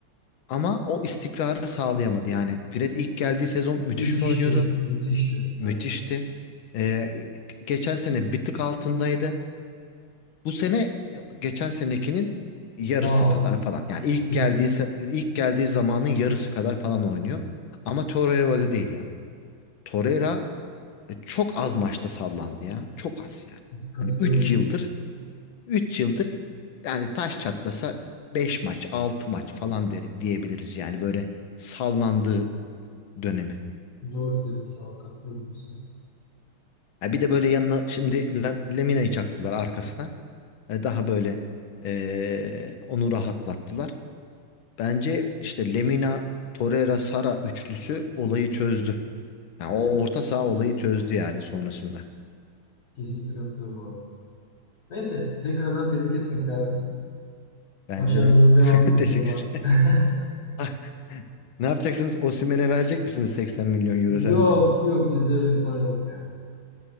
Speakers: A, on the left; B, on the left.
A: ama o istikrarı sağlayamadı yani. Fred ilk geldiği sezon müthiş
B: Müthişti.
A: oynuyordu.
B: Müthişti.
A: Müthişti.
B: Evet.
A: E, geçen sene bir tık altındaydı. Bu sene geçen senekinin yarısı
B: Dağ altında.
A: kadar falan. Yani ilk
B: Kesinlikle.
A: geldiği se- ilk geldiği zamanın yarısı kadar falan oynuyor. Ama Torreira öyle değil ya. Torreira E, çok az maçta sallandı ya. Çok az yani.
B: Katılıyorum.
A: Hani 3 yıldır 3 yıldır yani taş çatlasa 5 maç 6 maç falan der, diyebiliriz yani böyle sallandığı dönemi.
B: Doğru söylüyorsun şu an. Katılıyorum kesinlikle.
A: Ha, bir de böyle yanına şimdi Lem- Lemina'yı çaktılar arkasına. E, daha böyle e, onu rahatlattılar. Bence işte Lemina, Torreira, Sara üçlüsü olayı çözdü. Ha,
B: Bence
A: o
B: de.
A: orta saha olayı çözdü yani sonrasında.
B: Kesinlikle katılıyorum abi. Neyse. Tekrardan tebrik etmek lazım.
A: Bence
B: Başarılarınızın
A: de.
B: devamını
A: <laughs> Teşekkür.
B: dilerim abi. <laughs>
A: ederim. Ne yapacaksınız? Osimhen'e verecek misiniz 80 milyon euro
B: Yok.
A: sence?
B: Yok. Bizde öyle bir para yok ya.